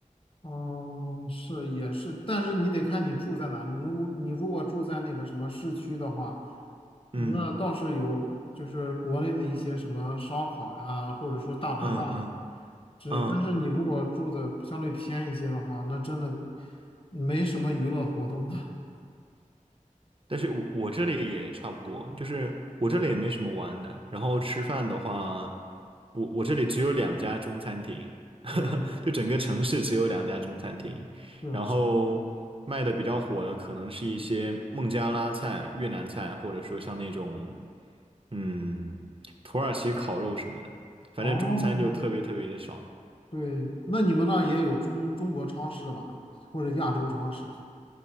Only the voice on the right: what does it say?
嗯
嗯嗯
嗯，
但是我我这里也差不多，就是我这里也没什么玩的，
然后吃饭的话，我我这里只有两家中餐厅，
就整个城市只有两家中餐厅，
然后卖的比较火的可能是一些孟加拉菜、越南菜，或者说像那种嗯土耳其烤肉什么的，反正中餐就特别特别的少。